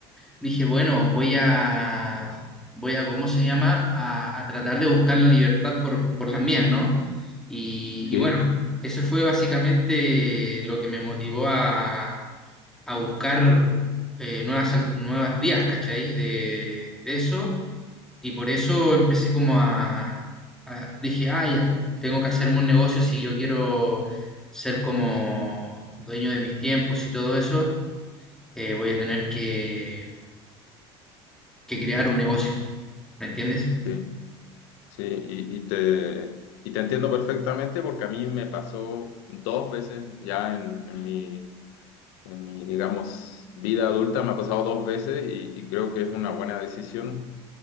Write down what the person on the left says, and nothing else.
Sí,
Sí, sí, y, y te, y te entiendo perfectamente porque a mí me pasó dos veces ya en, en mi, En mi, digamos, vida adulta me ha pasado dos veces y, y creo que es una buena decisión.